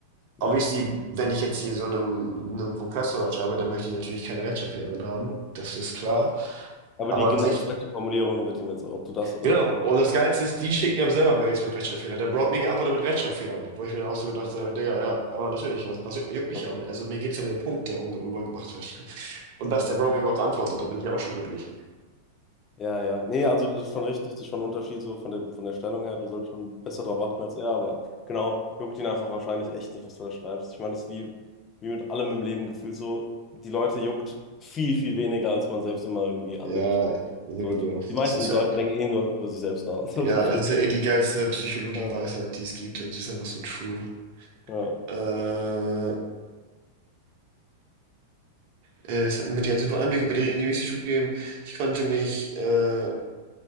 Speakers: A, on the left; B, on the right.
A: Ja.
B: Ob ich sie, wenn ich jetzt hier so einem, einem Professor schreibe, dann möchte ich natürlich keine Rechtschreibfehler drin haben. Das ist klar.
A: Aber
B: Aber
A: die
B: an
A: genau
B: sich,
A: exakte Formulierung wird ihm jetzt, ob du das oder
B: genau.
A: das.
B: Und das Geilste ist, die schicken ja selber Mails mit Rechtschreibfehlern. Der Broad mir geantwortet mit Rechtschreibfehlern. Wo ich mir dann auch so gedacht habe, Digga, ja, aber natürlich, also, was juckt, juckt mich
A: also
B: ja auch nicht. Also, mir geht's ja um den Punkt, der rum- rübergebracht wird. <laughs> Und dass der Bro mir überhaupt antwortet, da bin ich ja auch schon glücklich.
A: Ja, ja. Nee, also das ist schon richtig, das ist schon ein Unterschied so von der, von der Stellung her. Du sollst schon besser drauf achten als er, aber genau, juckt ihn einfach wahrscheinlich echt nicht, was du da schreibst. Ich meine, das ist wie, wie mit allem im Leben gefühlt so, die Leute juckt viel, viel weniger, als man selbst immer irgendwie annimmt.
B: Ja, sowieso.
A: So, die, die meisten
B: Das ist ja
A: Leute denken eh nur über sich selbst nach, <laughs> so
B: Ja,
A: gefühlt.
B: das ist ja eh die geilste Psychologie-Weisheit,
A: Ja,
B: die es gibt und sie ist einfach so true.
A: ja.
B: Äh, es hat mir einen super Einblick über ihre Individuen gegeben. Ich konnte mich äh,